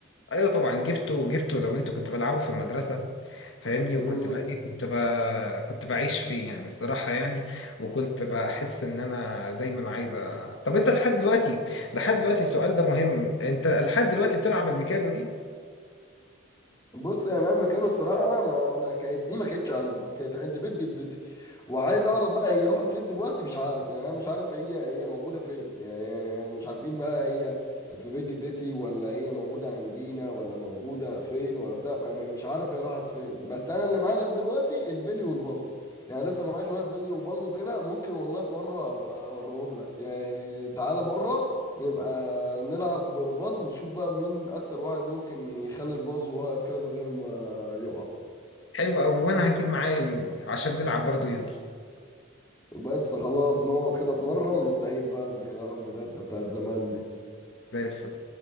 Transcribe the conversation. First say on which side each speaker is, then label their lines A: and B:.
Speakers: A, on the left; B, on the left.
A: ايوه طبعا جبته جبته لو انت كنت بلعبه في المدرسه فاهمني وكنت
B: امم
A: بقى ايه كنت بقى كنت بعيش فيه يعني الصراحة يعني وكنت بحس ان انا دايما عايز أ- طب انت لحد دلوقتي لحد دلوقتي السؤال ده مهم انت لحد دلوقتي بتلعب الميكانو دي
B: بص يعني انا مكانه الصراحه انا انا كانت دي ما كانتش عندي كانت عند بيت جدتي وعايز اعرف بقى هي راحت فين دلوقتي مش عارف يعني انا مش عارف هي هي موجوده فين يعني يعني انا مش عارفين بقى هي في بيت جدتي ولا هي موجوده عندنا ولا موجوده فين ولا بتاع ما- ما- مش عارف هي راحت فين بس انا اللي معايا لغايه دلوقتي البلي والبازو يعني لسه معايا شويه بلي وبازو كده ممكن والله في مره ابقى اوريهم لك يعني تعالى مره يبقى نلعب باز ونشوف بقى مين اكتر واحد ممكن يخلي الباز واقف كده من غير ما يقع
A: حلو قوي وانا هجيب معايا اليوجي عشان نلعب برضو يوجي
B: بس خلاص نقعد كده في مرة ونستعيد بقى الذكريات بتاعتنا بتاعت زمان دي
A: زي الفل